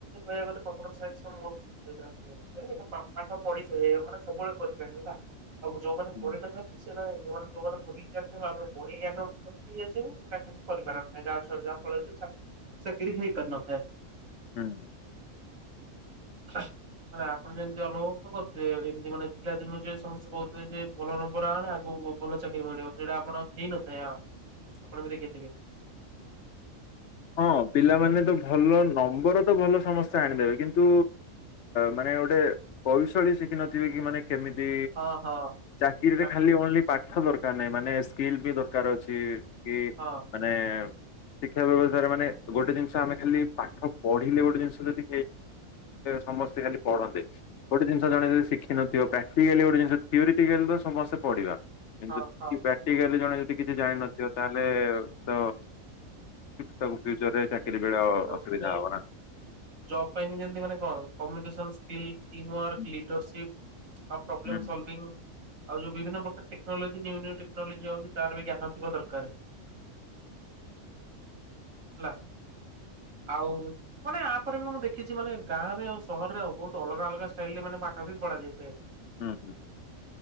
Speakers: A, on the right (about 75°); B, on the left (about 65°).
A: କହିବାକୁ ଗ କମ୍ପୁଟର ସନ୍ସ ର ମ ଜିନିଷଟାଟ ପାଠ ପଢିଏ ମାନେ ସବୁବେଳେ କରିଥାନ୍ତି ହେଲା ଆଉ ଯୋଉମାନେ
B: ହୁଁ।
A: କରିନଥାନ୍ତି ସେମାନେ ଯମାନେ ଯୋଉମାନେ ବିକିଥିବ ବଢ ଜ୍ଞାନିକି, ଆସିବୁ ସେଇଟା କିଛି କରିପାର ନାହିଁ ଯାହା ସରିବା ଫଳରେ ବି ସକି ଖାଇଁ ପ ନ ଫ
B: ହୁଁ।
A: ମାନ ଆପଣ ଯେମିତି ଅନୁଭବ, ତ କରୁଥିବେ ଏମିତି ମାନେ ପିଲାଦିନୁ ଯେ ସମସ୍ତେ ସେ କହୁଥିଲେ ଯେ ଭଲ ନମ୍ବର ଆଣେ ଆଗ ଭଲ ଚାକିରରି ମିଳିବ ସେଇଟା ଆପଣ ହେଇନଥାଏ ଆ ଆପଣ ବି ଦେ କେତି କେ
B: <inaudible> ହଁ ପିଲାମାନେ ତ ଭଲ ନମ୍ବର ତ ଭଲ ସମସ୍ତେ ଆଣିଦେବେ କିନ୍ତୁ ମାନେ ଗୋଟେ କୌଶଳୀ ଶିଖିିନଥିବେ କି ମାନେ କେମିତି
A: ହଁ ହଁ
B: ଚାକିରିରେ
A: ଚାକିରିଟା
B: ଖାଲି ଓନ୍ଲି ପାଠ ଦରକାର ମାନେ ସ୍କିଲ ବି ଦରକାର ଅଛି କି
A: ହଁ
B: ମାନେ ଶିକ୍ଷା ବ୍ୟବସସ୍ଥା ମାନେ ଗୋଟେ ଜିନିଷ ଆମେ ଖାଲି ପାଠ ପଢିଲେ, ଗୋଟେ ଜିନିଷ ଯଦି ସମସ୍ତେ ଖାଲି ପଢ ଗୋଟେ ଜିନିଷ ଜଣେ ଯଦି ଶିଖିନଥିବ ପ୍ରାଟୀକାଲି ଗୋଟେ ଜିନିଷ ଥିଓରୀଟିକାଲ ଗୋଟେ ଜିନିଷ ସମସ୍ତେ ପଢିବା
A: ହଁ
B: ଯ
A: ହଁ
B: କି
A: ହଁ।
B: ପ୍ରାକ୍ଟିକାଲି ଜଣେ ଯଦି କିଛି ଜାଣିନଥିବ ତାହେଲେ ତ ତା ଫୁଚର ରେ ଚାକିରରି
A: ମାନେ ଯେମିତି
B: ବେଳେ ଅସୁବିଧା
A: ମାନେ
B: ହବ ନା
A: ଜବ୍ ପାଇଁ ବି ଯେମତି ମାନେ କଣ କମ୍ୟନିକ, ସ୍କିଲ, ଟିଏମ ୱାର୍କ,
B: ହୁଁ
A: ଲିଡରସିପ ଆଉ ପ୍ରୋବ୍ଲେମ୍
B: ହୁଁ।
A: ସଲଭିଂ ଆଉ ଯୋଉ ବିଭିନ୍ନ ପ୍ରକାର ଟେକ୍ନୋଲୋଜି ନିୁୁ ଟେକ୍ନୋଲୋଜି ଅଉଛି, ତାର ବି ଜ୍ଞାନ ଥିବା ଦରକାର
B: <inaudible>
A: ହେଲା! ଆଉ ମାନେ ଆପରେ ବି ମୁଁ ଦେଖିଛି ମାନେ ଗାଁ ରେ ଆଉ ସହରରେ ଆଉ ବହୁତ ଅଲଗା ଅଲଗା ଷ୍ଟାଇଲ ରେ ମାନେ ପାଠ କଫ ପଡ଼ା <unintelligible>
B: ହୁଁ ହୁଁ।